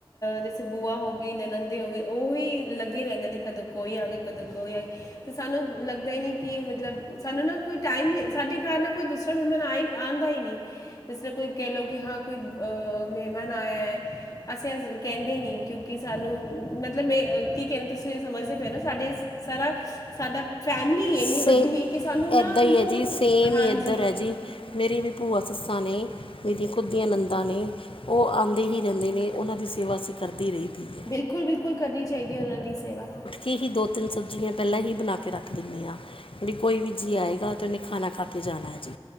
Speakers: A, on the left; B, on the left.
A: ਜੈਸੇ ਬੂਆ ਹੋ ਗਈ, ਨਨੰਦੇ ਹੋ ਗਏ ਉਹੀ ਲੱਗੇ ਰਹਿੰਦੇ ਨੇ ਕਦੋਂ ਕੋਈ ਆ ਗਈ, ਕਦੋਂ ਕੋਈ ਆ ਗਈ ਤੇ ਸਾਨੂੰ, ਲੱਗਦਾ ਹੀ ਨੀ ਕਿ, ਮਤਲਬ ਸਾਨੂੰ ਨਾ ਕੋਈ ਟਾਈਮ ਹੀ ਸਾਡੇ ਘਰ ਨਾ ਕੋਈ ਦੂਸਰਾ ਮਹਿਮਾਨ ਆਈ ਆਂਦਾ ਹੀ ਨਹੀਂ, ਜਿਸ ਤਰ੍ਹਾਂ ਕੋਈ ਕਹਿ ਲਓ ਕਿ ਹਾਂ ਕੋਈ ਅ ਮਹਿਮਾਨ ਆਇਆ ਹੈ ਅਸੀਂ ਕਹਿੰਦੇ ਈ ਨੀ ਕਿਉਂਕਿ ਸਾਨੂੰ ਮਤਲਬ ਮੈਂ ਕੀ ਕਹਿਣਾ ਤੁਸੀਂ ਸਮਝਦੇ ਪਏ ਓ ਨਾ ਸਾਡੇ। ਸਾਰਾ, ਸਾਡਾ ਫੈਮਿਲੀ ਇੰਨੀ
B: ਸੇਮ
A: ਵੱਡੀ ਹੈ ਕਿ ਸਾਨੂੰ ਨਾ,
B: ਇੱਦਾਂ ਹੀ
A: ਲੋੜ,
B: ਹੈ ਜੀ ਸੇਮ
A: ਹਾਂਜੀ
B: ਹੀ ਇੱਧਰ ਹੈ ਜੀ ਮੇਰੀ ਵੀ ਭੂਆ ਸੱਸਾਂ ਨੇ। ਮੇਰੀਆਂ ਖੁਦ ਦੀਆਂ ਨੰਨਦਾਂ ਨੇ ਉਹ ਆਉਂਦੇ ਹੀ ਰਹਿੰਦੇ ਨੇ, ਉਹਨਾਂ ਦੀ ਸੇਵਾ ਅਸੀਂ ਕਰਦੇ ਰਹੀਦਾ।
A: ਬਿਲਕੁਲ-ਬਿਲਕੁਲ, ਕਰਨੀ ਚਾਹੀਦੀ ਏ ਉਹਨਾਂ ਦੀ ਸੇਵਾ।
B: ਹੀ-ਹੀ ਦੋ ਤਿੰਨ ਸਬਜ਼ੀਆਂ ਪਹਿਲਾਂ ਹੀ ਬਣਾ ਕੇ ਰੱਖ ਦਿੰਨੀ ਆਂ। ਜਿਹੜੀ ਕੋਈ ਵੀ ਜੀਅ ਆਏਗਾ ਤੇ ਉਹਨੇ ਖਾਣਾ ਖਾ ਕੇ ਜਾਣਾ ਹੈ ਜੀ।